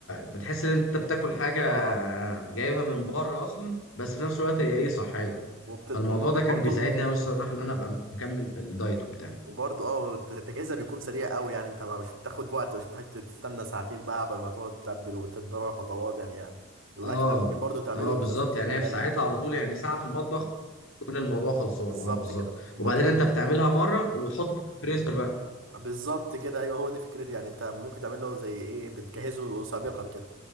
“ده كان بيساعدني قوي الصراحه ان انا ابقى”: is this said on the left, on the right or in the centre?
Left